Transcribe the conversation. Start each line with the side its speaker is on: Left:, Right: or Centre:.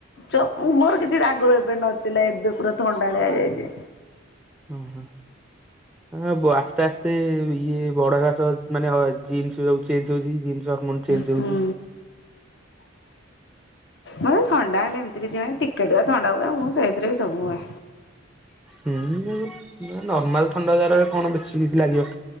Left: ତ ମୋର କିଛି ଆଗରୁ ଏବେ ନଥିଲା ଏବେ ପୁରା ଥଣ୍ଡାଳିଆ ହେଇ ଯାଇଛି।
Centre: ଉ ହୁଁ। ହ ବ ଆସ୍ତେ ଆସ୍ତେ ଇଏ ବଡ ଘାସ ମାନେ ଜିନ୍ସ ଚେଞ୍ଜ ହଉଛି ଏ ଯୋଉ ଜିନ୍ସ। ହରମୋନ୍ ଚେଞ୍ଜ
Left: ହୁଁ
Centre: ହଉଛି।
Left: ମତେ ଥଣ୍ଡା ହେଲେ ଏମିତି କିଛି ନାହିଁ ଟିକେ ଟିକେ ଥଣ୍ଡା ହୁଏ ମୁଁ ସେଇଥିରେ ବି ସବୁ ହୁଏ।
Centre: ହୁଁ ନର୍ମାଲ ଥଣ୍ଡା ଜରରେ କଣ ବେଶୀ କିଛି ଲାଗିବ।